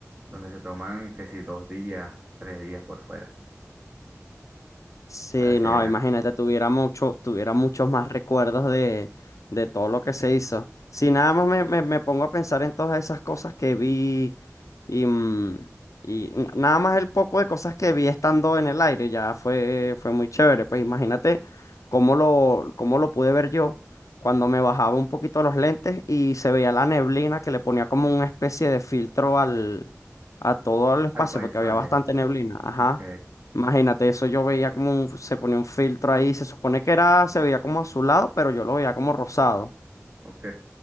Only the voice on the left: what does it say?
Sí,
no,
imagínate, tuviera mucho, tuviera muchos más recuerdos de, de todo lo que se hizo. Si nada más me, me, me pongo a pensar en todas esas cosas que vi y, mm, y n- nada más el poco de cosas que vi estando en el aire, ya fue, fue muy chévere. Pues imagínate cómo lo, cómo lo pude ver yo cuando me bajaba un poquito los lentes y se veía la neblina que le ponía como una especie de filtro al, a todo el espacio,
porque había bastante neblina. Ajá.
Imagínate, eso yo veía como un- se ponía un filtro ahí, se supone que era, se veía como azulado, pero yo lo veía como rosado.